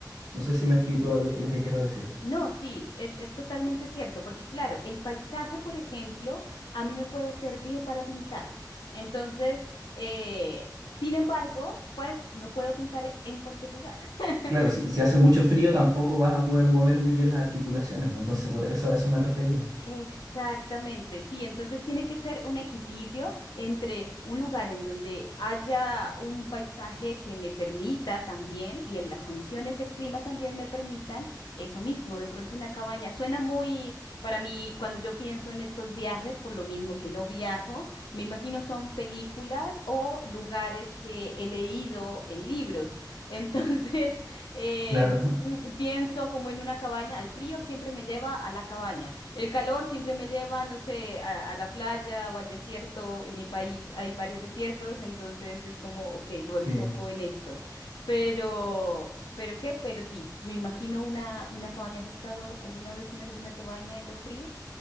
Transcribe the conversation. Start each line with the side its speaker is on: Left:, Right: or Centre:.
Right: No sé si me explico
Left: sí.
Right: lo lo que quiero decir.
Left: No, sí, es, es totalmente cierto, porque claro, el paisaje, por ejemplo, a mí me puede servir para pintar. Entonces, eh, sin embargo, pues no puedo pintar en cualquier lugar. <laughs>
Right: Claro, si, si hace mucho frío tampoco vas a poder mover muy bien las articulaciones, pues entonces por eso a eso me refería.
Left: Exactamente, sí, entonces tiene que ser un equilibrio entre un lugar en donde haya un paisaje que me permita también y en las condiciones del clima también me permitan eso mismo, de pronto una cabaña. Suena muy, para mí, cuando yo pienso en estos viajes, por lo mismo que no viajo, me imagino son películas o lugares que he leído en libros. Entonces, <laughs> em,
Right: Claro,
Left: mm, pienso como en una cabaña, el frío siempre me lleva a la cabaña. El calor siempre me lleva, no sé, a, a la playa o al desierto. En mi país hay varios desiertos, entonces es como, ok, lo enfoco
Right: <laughs> sí.
Left: en esto. Pero, ¿pero qué? Pero sí, me imagino una, una cabaña. ¿Has estado alguna vez en alguna cabaña en lo frío?